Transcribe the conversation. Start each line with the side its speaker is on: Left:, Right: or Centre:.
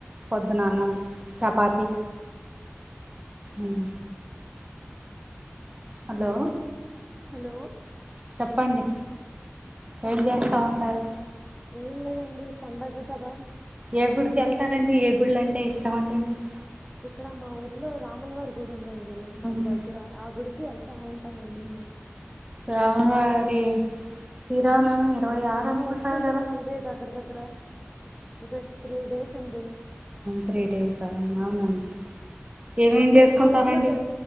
Right: పొద్దున అన్నము చపాతి ఉమ్ హలో
Centre: హలో
Right: చెప్పండి ఏం చేస్తా ఉంటారు
Centre: ఏం లేదండి పడగ కదా
Right: ఏగుడికి వెళ్తారండి ఏగుళ్ళ అంటే ఇష్టం అండి మీకు
Centre: ఇక్కడ మా ఊర్లో రాములవారి గుడి ఉందండి మాకు
Right: ఉమ్,
Centre: దగ్గర ఆ గుడికి వెళ్తాము అవున అండి
Right: రాములవారి శ్రీరామనవమి ఇరవై ఆరు
Centre: ఆ
Right: అనుకుంటారు
Centre: వస్తుంది కదండి దగ్గర దగ్గర ఇక త్రీ డేస్ అండి
Right: త్రీ డేస్ అవునండి
Centre: ఉమ్
Right: ఏమేం
Centre: మాకు
Right: చేసుకుంటారండి
Centre: మా ఊర్లో టె